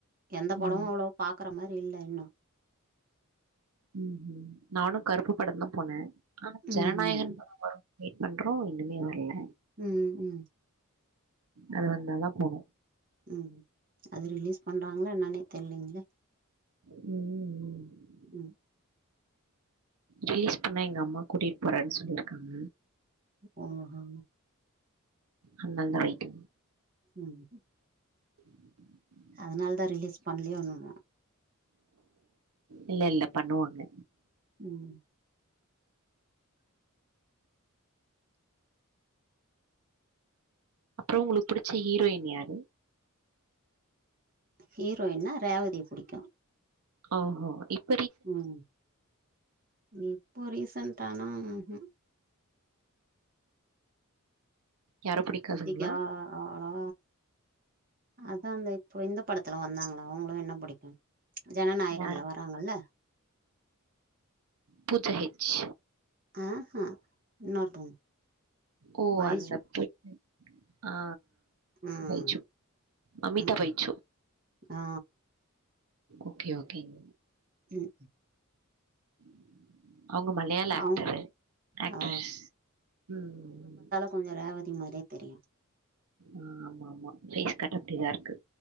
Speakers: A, on the right (about 40°); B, on the right (about 85°).
A: எந்த படமு
B: ம்.
A: அவ்வளோ பாக்குற மாரி இல்ல இன்னு
B: ம் ம் நானு கருப்பு படம் தா போனே ஆனா ஜனநாயகன்
A: ம் ம்
B: பட வரு வெயிட் பண்றோ இன்னுமே வர்ல
A: ம் ம்.
B: அது வந்தாதா போனு
A: ம் அது ரிலீஸ் பண்றாங்களா என்னன்னே தெரிலைங்களே.
B: ம் ம்
A: ம்.
B: ரிலீஸ் பண்ணா எங்க அம்மா கூட்டிட்டு போறேன்னு சொல்லிருக்காங்க.
A: ஓஹோ
B: ஹல்ல அல்ல ஆயிட்டு.
A: ம்.
B: <inaudible>
A: அதனால தா ரிலீஸ் பண்லயோ என்னமோ.
B: இல்ல இல்ல பண்ணுவாங்க.
A: ம்.
B: அப்புறோ உங்களுக்கு புடிச்ச ஹீரோயின் யாரு?
A: ஹீரோயின்னா ரேவதிய புடிக்கு
B: ஓஹோ இப்
A: ம் இப்போ ரீசன்டானா ம் ஹும்.
B: யாரும்
A: இப்பதிக்கா
B: பிடிக்காதுங்களா
A: ஆளா அதா அந்த இப்போ இந்தப் படத்துல வந்தாங்களா அவங்கள வேனா பிடிக்கு ஜனநாயகன்ல
B: யார்
A: வராங்கல்ல.
B: பூஜா ஹெட்ஜ்.
A: ஆஹா இன்னொருத்தவங்க,
B: ஓ
A: பைஜூ.
B: அந்த பொண்ணு. ஆ ஆ
A: ம்
B: பைஜு மமிதா
A: ம்
B: பைஜு
A: ம் ஆ
B: ஓகே ஓகேங்க
A: ம்.
B: <inaudible> அவங்க மலையாள ஆக்டரு,
A: அவங்
B: ஆக்டர்ஸ்
A: ஆ
B: ம்.
A: கொஞ்ச ரேவதி மாரியே தெரியு
B: ஆ ஆமா ஆமா ஃபேஸ் கட் அப்டிதா இருக்கு.